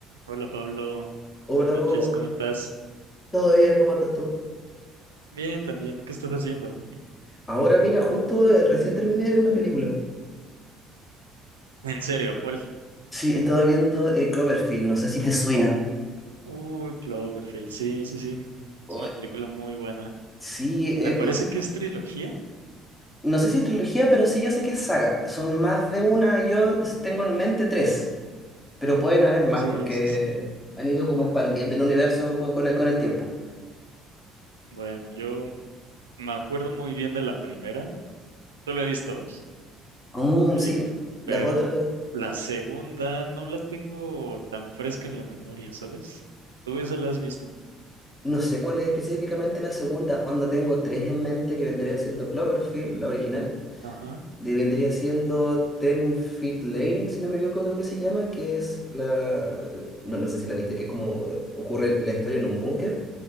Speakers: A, on the right; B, on the left.
A: Hola Pablo,
B: Hola,
A: buenas noches,
B: Hugo.
A: ¿cómo estás?
B: ¿Todo bien? ¿Cómo estás tú?
A: Bien, también, ¿qué estás haciendo?
B: Ahora mira, justo eh, recién terminé de ver una película.
A: En serio, ¿cuál?
B: Sí, estaba viendo eh, Cloverfield, no sé si te suena.
A: Uy, Cloverfield, sí, sí, sí,
B: Uy.
A: es una película muy buena.
B: Sí,
A: Me
B: es
A: parece
B: ma-
A: que es trilogía.
B: no sé si es trilogía, pero sí yo sé que es saga. Son más de una, y yo tengo en mente tres, pero pueden haber más
A: Sí,
B: porque
A: sí, sí.
B: han ido como expandiendo el universo co- con, el, con el tiempo.
A: Bueno, yo me acuerdo muy bien de la primera, solo he visto dos,
B: Aún
A: por
B: sí,
A: cierto,
B: las
A: pero
B: otras,
A: la segunda no la tengo tan fresca en la memoria, ¿sabes? ¿Tú esa la has visto?
B: no sé cuál es específicamente la segunda, onda tengo tres en mente que vendría siendo Cloverfield, la original.
A: Ajá.
B: de- vendría siendo Ten Feet Lane, si no me equivoco, creo que se llama, que es la... No, no sé si la viste, que es como eh, ocurre la historia en un búnker.